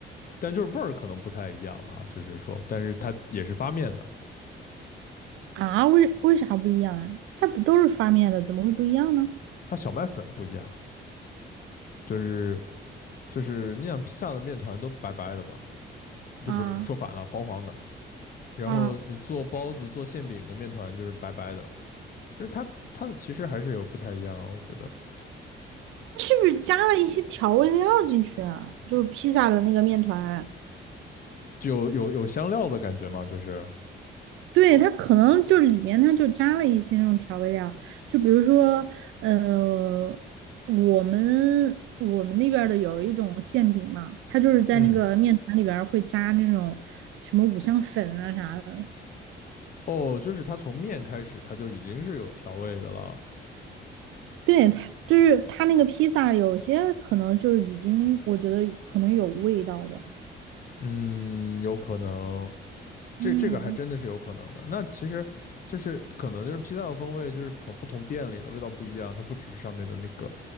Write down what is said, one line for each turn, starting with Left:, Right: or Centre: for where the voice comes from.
Left: 但就是味儿可能不太一样哈，就是说，但是它也是发面的，
Right: 啊，为为啥不一样啊？它不都是发面的，怎么会不一样呢？
Left: 它小麦粉不一样啊就是就是你想披萨的面团都白白的嘛，
Right: 啊
Left: 这不是说反了，黄黄的，然后你做包子、
Right: 啊，
Left: 做馅饼的面团就是白白的。就是它它的其实还是有不太一样啊，我觉得
Right: 它是不是加了一些调味料进去啊？就是披萨的那个面团
Left: 就有有有香料的感觉嘛，就是
Right: 对，它可能就是里面它就加了一些那种调味料，就比如说，呃，我们我们那边儿的有一种馅饼嘛，它就是在那个面团里边儿会加那种什么五香粉啊啥的。
Left: 嗯哦，就是它从面开始它就已经是有调味的了，
Right: 对，它就是它那个披萨有些可能就是已经我觉得可能有味道的，
Left: 嗯，有可能这这个还真的是有可能的。
Right: 嗯，
Left: 那其实就是可能就是披萨的风味就是可能不同店里的味道不一样，它不只是上面的那个